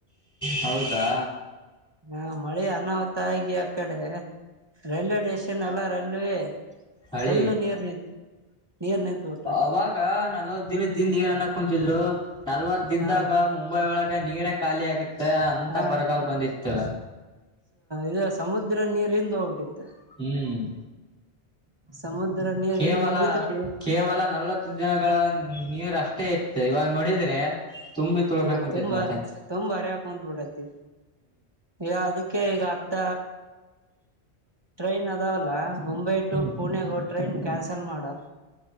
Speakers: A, in the centre; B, on the right.
A: ಹೌದಾ
B: ಹಾ ಮಳಿ ಅನ್ನವತಗ ಆ ಕಡೆ ರೈಲ್ವೆ ಸ್ಟೇಷನ್ ಎಲ್ಲ ರೈಲ್ವೆೇ
A: ಹಳಿ
B: ಫುಲ್ಲು ನೀರ್ ನೀರ್ ನಿಂತು ಬಿಟ್ಟ
A: ಅವಾಗ ನಲವ ದಿನದ ಿಂದ ಏನನ್ನ ಕುಂತಿದ್ರು ನಲ್ವತ್ ದಿನದಾಗ
B: ಹಾ
A: ಮುಂಬೈ ಒಳಗ ನೀರ ಖಾಲಿ ಆಗತ್ತೆ ಅಂತ
B: ಹಾ
A: ಬರಗಾಲ್ ಬಂದಿತ್ತು
B: ಇದು ಸಮುದ್ರ ನೀರಿಂದ ಹೋಗ್ಬಿಟ್ಟಿತ್ತು
A: ಹ್ಮ್
B: ಸಮುದ್ರ ನೀರ್
A: ಕೇವಲ
B: ಹಿಂದ್ ಹೋಗಿದ್ದಕ್ಕೆ
A: ಕೇವಲ ನಲವತ್ತು ದಿನಗಳ ನೀರಷ್ಟೇ ಇತ್ತು ಇವಾಗ ನೋಡಿದ್ರೆ ತುಂಬಿ ತೊಳ್ಕ
B: ಇವಾಗ
A: ಕುಂಂತೈತ್
B: ತುಂಬಾ
A: ಮತ್ತೆ್ಮ
B: ತುಂಬಾ ಹರಿಯಾಕ್ ಕುಂತ್ ಬಿಟ್ಟೈತಿ ಈಗ ಅದಕ್ಕೆ ಈಗ ಅರ್ಧ ಟ್ರೈನ್ ಅದಾವಲ್ಲ ಮುಂಬೈ ಟು
A: ಹ್ಮ್
B: ಪುಣೆಗ ಟ್ರೈನ್ ಕ್ಯಾನ್ಸಲ್ ಮಾಡಾರ